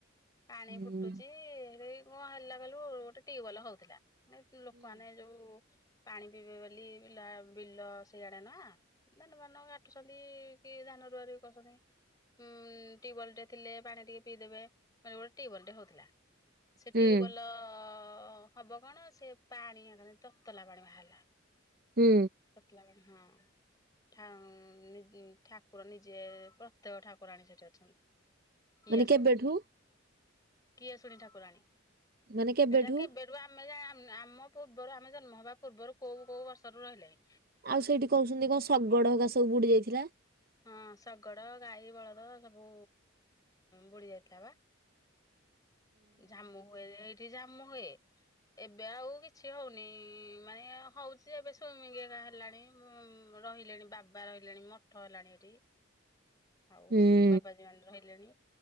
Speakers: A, on the left (about 20°); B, on the right (about 45°).
A: ପାଣି
B: ହୁଁ
A: ଫୁଟୁଛି ହେଇ କଣ ହେଲା କହିଲୁ ଗୋଟେ ଟ୍ୟୁଅଲ ହଉଥିଲା। ନାଇଁ ଲୋକ ଆନେ ଯୋଉ ପାଣି ପିଇବେ ବୋଲି ବିଲଆ ବିଲ ସେଇଆଡେ ନା। ଧାନ ମାନ କାଟୁଚନ୍ତି କି ଧାନ ରୁଆ ରୁଇ କରୁଛନ୍ତି ଉଁ ଟିୱଲ୍ ଟେ ଥିଲେ। ପାଣି ଟିକେ ପିଇଦେବେ ମାନେ ଗୋଟେ ଟ୍ୟୁଅଲ୍ ଟେ ହଉଥିଲା ସେ
B: ହୁଁ।
A: ଟ୍ୟୁଅଲ। ହବ କଣ ସେ ପାଣି ତତଲା ପାଣି ବାହାରିଲା।
B: ହୁଁ।
A: ତତଲା ପାଣି ହଁ। ଠାଉଁ ନି ଠାକୁର ନିଜେ ପ୍ରତ୍ୟେକ ଠାକୁରାଣୀ ସେଠି ଅଛନ୍ତି। କିଆଶୁଣି
B: ମାନେ କେବେଠୁ
A: କିଏଶୁଣି ଠାକୁରାଣୀ
B: ମାନେ କେବେଠୁ
A: ଏଟା କେବେ ତବଳୁ ଆମେଯା ଆମ୍ ଆମ ପୂର୍ବରୁ ଆମେ ଜନ୍ମ ହେବା ପୂର୍ବରୁ କୋଉ କୋଉ ବର୍ଷରୁ ରହିଲେଣି।
B: ଆଉ ସେଇଠି କହୁଛନ୍ତି କଣ ଶଗଡ ହକା ସବୁ ବୁଡି ଯାଇଥିଲା।
A: ହଁ ଶଗଡ ଗାଈ ବଳଦ ସବୁ ବୁଡି ଯାଇଥିଲା ବା। ଜାମୁ ହୁଏ ଯେ ଏଠ ଠି ଝାମୁ ହୁଏ ଏବେ ଆଉ କିଛି ହଉନି ମାନେ ହଉଛି ଯେ ଏବେ ସ୍ବୀମିଙ୍ଗ ଏ ବାହାରିଲାଣି ମୁଁ ରହିଲେଣି ବାବା ରହିଲେଣି ମଠ ହେଲାଣି ଏଠି। ଆଉ
B: ହୁଁ।
A: ବାବାଜୀ ମାନେ ରହିଲେଣି